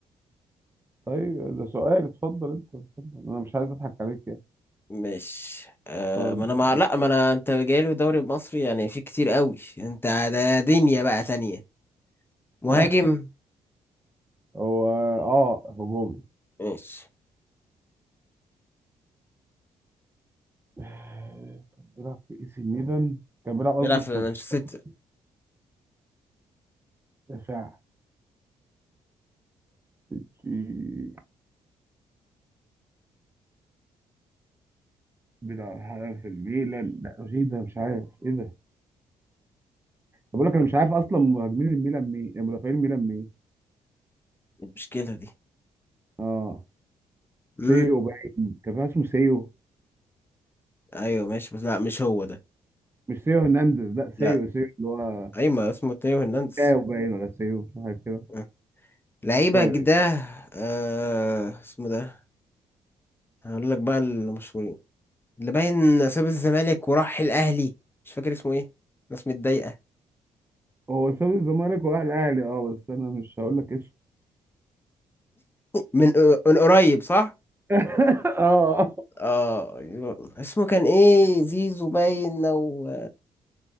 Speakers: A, on the right; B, on the left.
A: طيب ده سؤال اتفضل انت اتفضل انا مش عايز اضحك عليك يعني
B: مش آه
A: أنت
B: ما انا
A: قدامك
B: مع لا
A: مش
B: ما انا انت جايلي في الدوري المصري يعني في كتير قوي انت ده دنيا بقى تانية مهاجم
A: <laughs> هو اه هجومي
B: ماشي
A: آه، كان بيلعب في اي سي ميلان كان بيلعب
B: بيلعب
A: قصدي
B: في
A: في
B: مانشستر
A: مانشستر دفاع في- بيلعب حالا في الميلان لا ايه ده مش عارف ايه ده طب بقول لك انا مش عارف اصلا مهاجمين الميلان مين يعني مدافعين الميلان مين
B: إيه المشكلة دي
A: اه
B: امم
A: سيو باين كان في واحد اسمه سيو
B: ايوه ماشي بس لا مش هو ده
A: مش سيو هرنانديز لا
B: لا
A: سيو سيو اللي هو
B: ايوه اسمه تيو هرنانديز
A: ساو باين ولا سيو مش عارف كده
B: آه. لعيبة
A: طيب
B: ده آه اسمه ده هقول لك بقى المشهورين اللي باين ساب الزمالك وراح الاهلي مش فاكر اسمه ايه ناس متضايقة
A: هو ساب الزمالك وراح الاهلي اه بس انا مش هقول لك اسم
B: من من قريب صح
A: <laughs> اه
B: اه اسمه كان ايه زيزو باين او